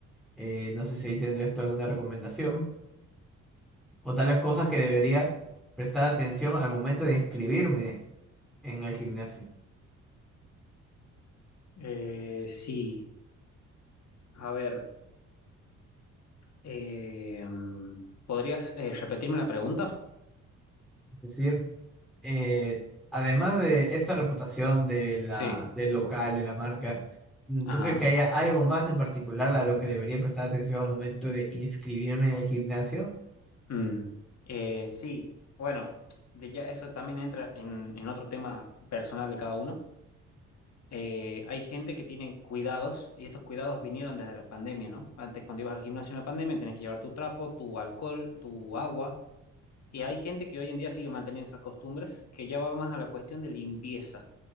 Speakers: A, in the centre; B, on the left (about 60°).
A: Eh, no sé si ahí tendrías tú alguna recomendación o tales cosas que debería prestar atención al momento de inscribirme en el gimnasio.
B: Eh, sí, a ver, eh, mm, ¿podrías eh, repetirme la pregunta?
A: Es decir, eh, además de esta reputación de la,
B: Sí,
A: del local, de la marca, mm,
B: Ajá.
A: ¿tú crees que haya algo más en particular a lo que debería prestar atención al momento de inscribirme en el gimnasio?
B: Mm. Eh, sí, bueno, de ya eso también entra en, en otro tema personal de cada uno. eh, hay gente que tiene cuidados y estos cuidados vinieron desde la pandemia, ¿no? Antes cuando ibas al gimnasio en la pandemia tenías que llevar tu trapo, tu alcohol, tu agua y hay gente que hoy en día sigue manteniendo esas costumbres que ya va más a la cuestión de limpieza